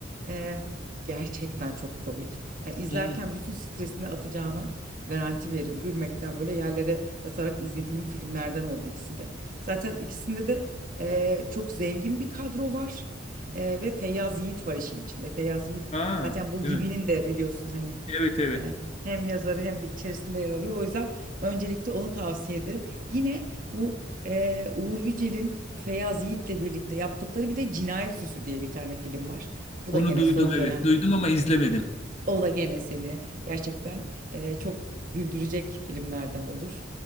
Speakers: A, on the right; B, on the left.
A: Ee, gerçekten çok komik. Yani izlerken
B: Hı.
A: bütün stresini atacağına garanti veririm. Gülmekten böyle yerlere yatarak izlediğim filmlerden oldu ikisi de. Zaten ikisinde de e, çok zengin bir kadro var. E, ve Feyyaz Yiğit var işin içinde. Feyyaz Yiğit
B: Aa,
A: zaten bu
B: evet.
A: Gibi'nin de biliyorsun hani
B: Evet evet.
A: e, hem yazarı hem de içerisinde yer alıyor. O yüzden öncelikle onu tavsiye ederim. Yine bu eee, Uğur Yücel'in bu Feyyaz Yiğit'le birlikte yaptıkları bir de Cinayet Süsü diye bir tane film var. Bu
B: Onu
A: da gene
B: duydum
A: son dönem.
B: evet. Duydum ama izlemedim.
A: O da gene seni gerçekten eee, çok güldürecek filmlerden olur.